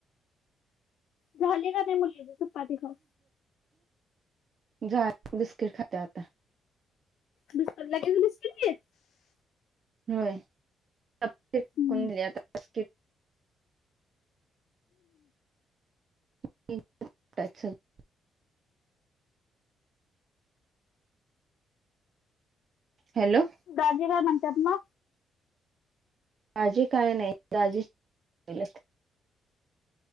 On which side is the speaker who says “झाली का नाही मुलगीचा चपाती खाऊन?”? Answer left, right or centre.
Left